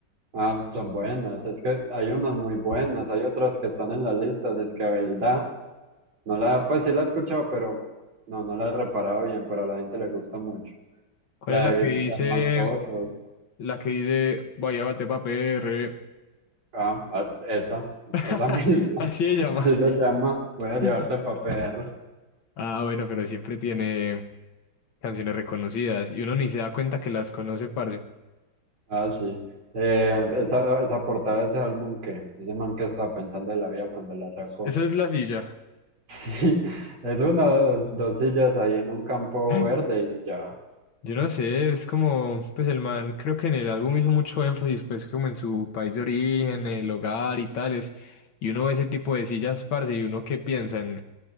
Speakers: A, on the right; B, on the left.
A: ah, son buenas? Es que hay unas muy buenas, hay otras que están en las listas, es que verdad. No la, pues sí la he escuchado, pero no, no la he reparado bien, pero a la gente le gusta mucho.
B: ¿Cuál
A: La
B: es la
A: de
B: que
A: Vi
B: dice?
A: tirar más fotos.
B: La que dice, vaya, bate pa' PR.
A: Ah, ah, esa,
B: <laughs>
A: esa misma.
B: Así
A: <laughs>
B: se llama.
A: Así se llama. Voy a
B: <laughs>
A: llevarte papel.
B: Ah, bueno, pero siempre tiene canciones reconocidas y uno ni se da cuenta que las conoce, parce.
A: Ah, sí. Eh, esa, esa portada de ese álbum que ese man que estaba pensando en la vida cuando la sacó.
B: Esa es la silla. <gasps>
A: <laughs> Es una, dos, dos sillas ahí en un campo
B: <laughs>
A: verde y ya.
B: Yo no sé, es como, pues el man creo que en el álbum hizo mucho énfasis, pues como en su país de origen, el hogar y tales. Y uno ve ese tipo de sillas, parce, y uno que piensa en,